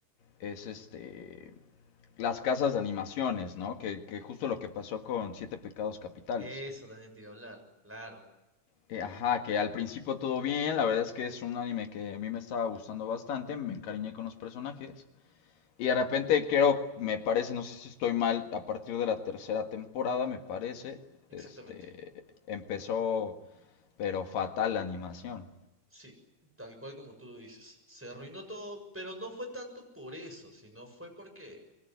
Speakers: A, on the left (about 60°); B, in the centre.
A: es este, las casas de animaciones, ¿no? Que, que justo lo que pasó con Siete Pecados Capitales.
B: Eso también te iba a hablar, claro,
A: Eh, ajá, que al principio todo bien, la verdad es que es un anime que a mí me estaba gustando bastante, me encariñé con los personajes, Y de repente creo, me parece, no sé si estoy mal, a partir de la tercera temporada, me parece,
B: exactamente.
A: este, empezó, pero fatal la animación.
B: Sí, tal cual como tú lo dices. Se arruinó todo, pero no fue tanto por eso, sino fue porque